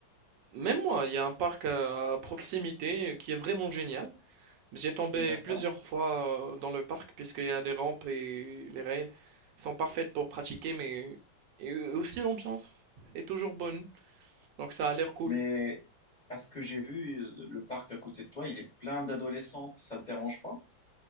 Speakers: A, on the right; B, on the left.
A: même moi, il y a un parc à à proximité qui est vraiment génial. J'ai tombé
B: D'accord.
A: plusieurs fois euh, dans le parc puisqu'il y a des rampes et les rails sont parfaites pour pratiquer, mais et aussi l'ambiance est toujours bonne, donc ça a l'air cool.
B: Mais à ce que j'ai vu, euh, le parc à côté de toi, il est plein d'adolescentes. Ça ne te dérange pas?